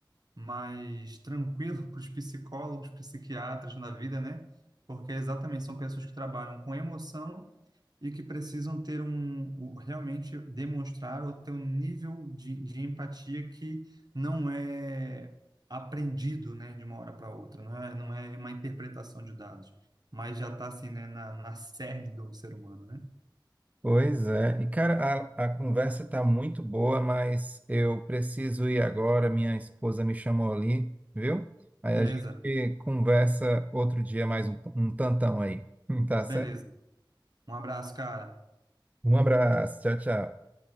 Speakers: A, on the right; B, on the right.
A: mais tranquilo para os psicólogos, psiquiatras na vida, né? Porque é exatamente são pessoas que trabalham com emoção e que precisam ter um, o- realmente demonstrar ou ter um nível de, de empatia que não é aprendido, né, de uma hora para outra, não é, não é uma interpretação de dados, mas já está assim, né, na, na cerne do ser humano, né?
B: Pois é. E, cara, a, a conversa tá muito boa, mas eu preciso ir agora. Minha esposa me chamou ali, viu? Aí
A: Beleza,
B: a gente conversa outro dia mais um, um tantão aí. <laughs> Tá certo?
A: beleza. Um abraço, cara.
B: Um abraço. Tchau, tchau.